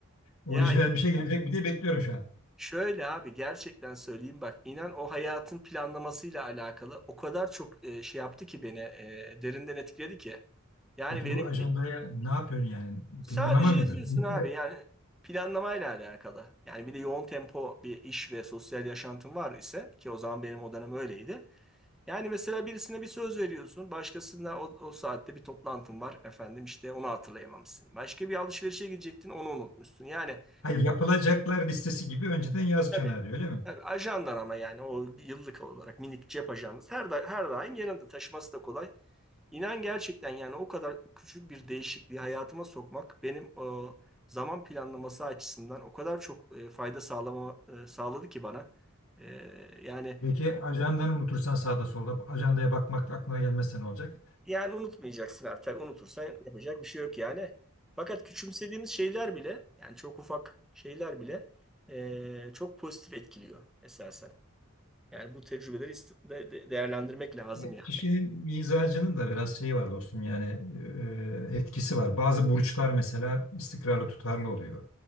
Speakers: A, on the left (about 70°); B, in the centre.
A: orijinal
B: Ya
A: bir şey gelecek mi diye bekliyorum şu an.
B: şöyle abi gerçekten söyleyeyim bak inan o hayatın planlamasıyla alakalı o kadar çok e, şey yaptı ki beni e, derinden etkiledi ki. Yani
A: Peki
B: verimlilik
A: bu ajandaya ne yapıyorsun yani?
B: sadece
A: Planlama mı
B: yazıyorsun
A: yapıyorsun?
B: abi
A: E,
B: yani planlamayla alakalı. Yani bir de yoğun tempo bir iş ve sosyal yaşantın var ise ki o zaman benim o dönem öyleydi. Yani mesela birisine bir söz veriyorsun, başkasına o, o saatte bir toplantın var efendim işte onu hatırlayamamışsın. Başka bir alışverişe gidecektin onu unutmuşsun. Yani
A: Hayır, yapılacaklar listesi gibi önceden yaz
B: tabii,
A: kenara diyor öyle mi?
B: tabii ajandan ama yani o yıllık olarak minik cep ajandası her, da, her daim yanında taşıması da kolay. İnan gerçekten yani o kadar küçük bir değişikliği hayatıma sokmak benim o zaman planlaması açısından o kadar çok e, fayda sağlama, e, sağladı ki bana. E, yani
A: Peki ajandanı unutursan sağda solda ajandaya bakmak aklına gelmezse ne olacak?
B: Yani unutmayacaksın artık. Unutursan yapacak bir şey yok yani. Fakat küçümsediğimiz şeyler bile yani çok ufak şeyler bile eee, çok pozitif etkiliyor esasen. Yani bu tecrübeleri ist- de- de- değerlendirmek lazım
A: Ya,
B: yani.
A: Kişinin mizacının da biraz şeyi var dostum yani e, e, etkisi var. Bazı burçlar mesela istikrarlı tutarlı oluyor.